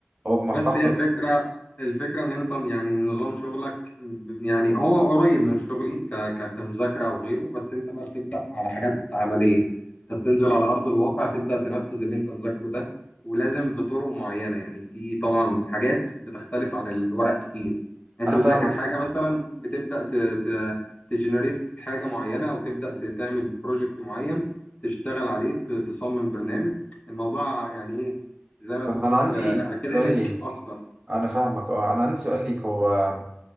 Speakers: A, on the right (about 30°); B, on the left (about 40°).
A: أو بمصلحته
B: بس هي الفكرة الفكرة إن أنت يعني نظام شغلك ب- يعني هو قريب من شغلي ك ك كمذاكرة أو غيره بس أنت بقى بتبدأ على حاجات عملية أنت بتنزل على أرض الواقع تبدأ تنفذ اللي أنت مذاكره ده ولازم بطرق معينة يعني في طبعا حاجات بتختلف عن الورق كتير يعني
A: أنا
B: أنت بتذاكر
A: فاهمك
B: حاجة مثلا بتبدأ ت ت تجنريت حاجة معينة أو تبدأ ت- تعمل بروجكت معين تشتغل عليه ت- تصمم برنامج الموضوع يعني إيه زي ما
A: طب
B: بتقول
A: أنا عندي
B: أكاديميك
A: سؤال ليك
B: اكتر
A: أنا فاهمك أه أنا عندي سؤال ليك هو